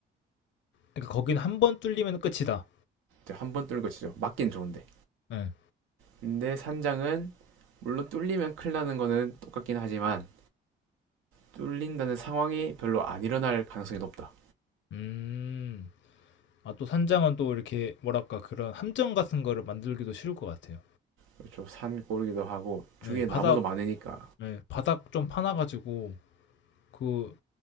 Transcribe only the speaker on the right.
한 번 뚫는 거 치죠. 막긴 좋은데.
근데 산장은 물론 뚫리면 큰일 나는 거는 똑같긴 하지만 뚫린다는 상황이 별로 안 일어날 가능성이 높다.
그렇죠. 산골이기도 하고 주위에
나무도 많으니까.